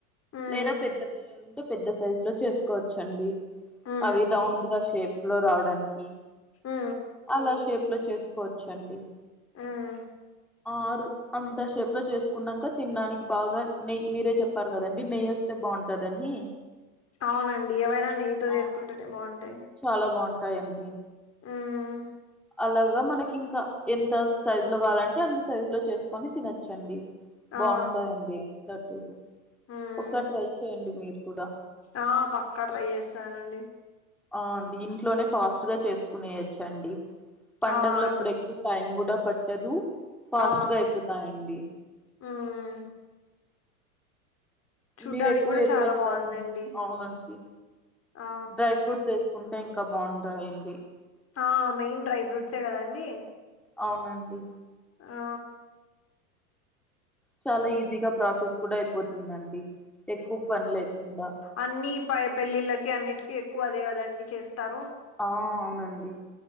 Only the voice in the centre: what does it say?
లేదా పెద్ద పిల్లలు ఉంటే పెద్ద సైజు లో చేసుకోవచ్చండి.
అవి రౌండ్గా షేప్ లో రావడానికి
అలా షేప్ లో చేసుకోవచ్చండి.
ఆరు అంతా షేప్ లో చేసుకున్నాక తినడానికి బాగా నెయ్యి మీరే చెప్పారు. కదండి నెయ్యి బాగుంటదని
ఆ
చాలా బాగుంటాయండి.
అలాగా మనకి ఇంకా ఎంత సైజు లో కావాలంటే అంత సైజు లో చేసుకొని తినోచ్చండి బాగుంటాయండి.
లడ్డులు
ఒకసారి ట్రై చేయండి. మీరు కూడా
ఆ అండి ఇంట్లోనే ఫాస్ట్ గా చేసుకునేయోచ్చండి. పండుగలప్పుడు
ఎక్కు టైం కూడా పట్టదు ఫాస్ట్గా
అయిపోతాయండి.
మీరు ఎక్కువ
ఏది
చేస్తారండి.
అవునండి
డ్రై ఫ్రూట్స్ ఏస్త సుకుంటే ఇంకా బాగుంటాయి అండి
అవునండి
చాలా ఈజీగా ప్రాసెస్ కూడా అయిపోతుందండి. ఎక్కువ పని లేకుండా
ఆ అవునండి